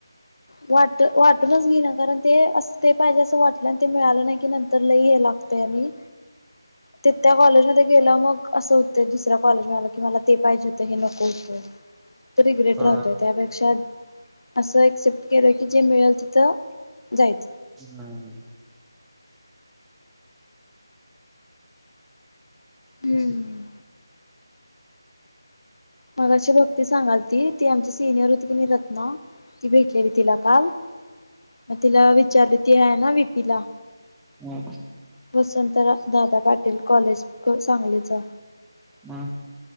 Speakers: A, on the left; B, in the centre.
A: वाट वाटूनच घे ना कारण ते अस ते पाहिजे असं वाटलं ते मिळालं नाही की नंतर लई लागतो म्हणे <unintelligible> गेलं मग असं होतं दुसऱ्या कॉलेज मलं की मला ते पाहिजे होत हे नको होतं. तरी ग्रेट
B: अ
A: राहतोय त्यापेक्षा असं क्सेप्ट केलं की जे मिळेल तिथं जायचं.
B: नाही.
A: हम्म.
B: अस,
A: मग अशी भक्ती सांगाल ती ती आमची सिनियर होती की नि रात ना ती भेटलेली तिला काल. मग तिला विचारली ती आहे ना विपीला.
B: अा.
A: वसंत दादा पाटील कॉलेज सांगलीचा.
B: बा.